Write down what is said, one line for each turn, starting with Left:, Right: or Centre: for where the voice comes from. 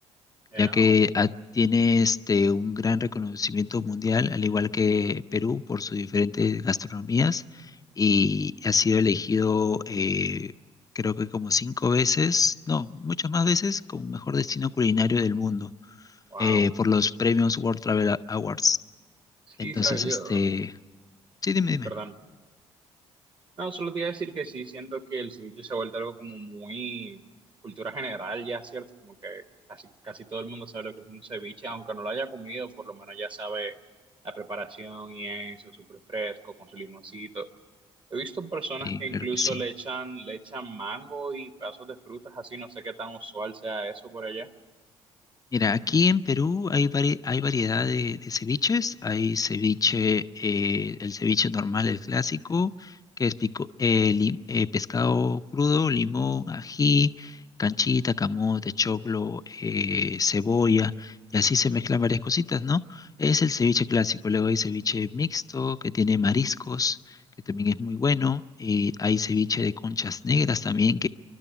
Right: Eh,
Left: ya que
Right: oh,
Left: ah, tiene este, un gran reconocimiento mundial, al igual que Perú, por sus diferentes gastronomías, y ha sido elegido eh, creo que como cinco veces, no, muchas más veces, como mejor destino culinario del mundo,
Right: wow.
Left: eh, por los premios World Travel Awards.
Right: Sí,
Left: Entonces,
Right: sabía
Left: este,
Right: yo.
Left: sí, dime,
Right: Ay,
Left: dime.
Right: Perdón. No, solo te iba a decir que sí, siento que el ceviche se ha vuelto algo como muy cultura general ya, ¿cierto? Como que casi, casi todo el mundo sabe lo que es un ceviche, aunque no lo haya comido, por lo menos ya sabe la preparación y eso, súper fresco, con su limoncito. He visto personas
Left: Eh,
Right: que
Left: claro
Right: incluso
Left: que sí.
Right: le echan, le echan mango y pedazos de frutas, así no sé qué tan usual sea eso por allá.
Left: Mira, aquí en Perú hay, vari- hay variedad de, de ceviches. Hay ceviche, eh, el ceviche normal, el clásico, que es pico- eh, li- eh, pescado crudo, limón, ají, canchita, camote, choclo, eh, cebolla, y así se mezclan varias cositas, ¿no? Es el ceviche clásico. Luego hay ceviche mixto, que tiene mariscos, que también es muy bueno. Y hay ceviche de conchas negras también,